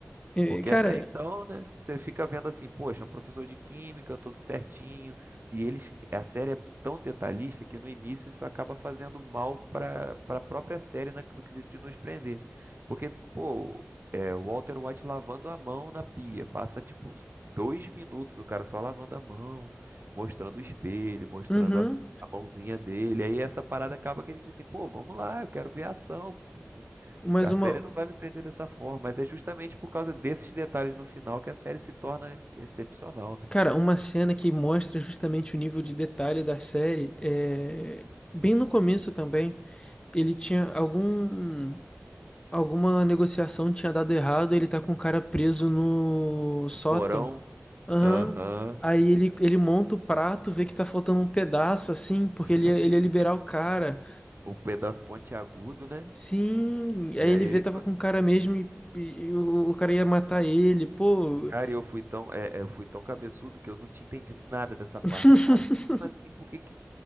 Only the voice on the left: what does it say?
É,
Cara,
uhum,
mas
uma,
cara, uma cena que mostra justamente o nível de detalhe da série é bem no começo também, ele tinha algum alguma negociação tinha dado errado, ele tá com o cara preso no sótão.
Aham.
Aí ele, ele monta o prato, vê que tá faltando um pedaço assim, porque
ele ia, ele ia liberar o cara.
Sim, aí
ele
vê
tava com o cara mesmo e, e o, o cara ia matar ele. Pô,
<laughs>